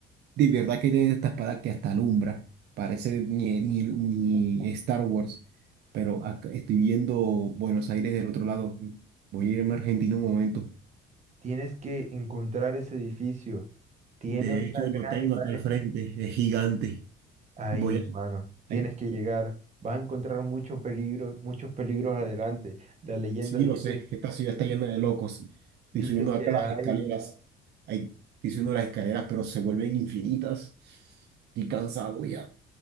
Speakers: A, on the right (about 60°); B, on the right (about 35°).
A: de verdad qué tiene esta espada que hasta alumbra. Parece ni, ni, ni Star Wars. Pero acá estoy viendo Buenos Aires del otro lado. Voy a irme a Argentina un momento.
B: tienes que encontrar ese edificio. Tiene
A: De
B: una
A: hecho,
B: gran
A: lo tengo
B: imagen.
A: acá al frente, es gigante.
B: Ahí,
A: Voy
B: hermano,
A: a...
B: tienes
A: ay,
B: que llegar. Vas a encontrar mucho peligro, muchos peligros adelante. La leyenda
A: Sí,
B: dice
A: lo sé, esta ciudad
B: que
A: está llena de locos. Estoy
B: Dice
A: subiendo
B: que
A: acá
B: hay.
A: las escaleras. Ay, estoy subiendo las escaleras, pero se vuelven infinitas. Estoy cansado ya.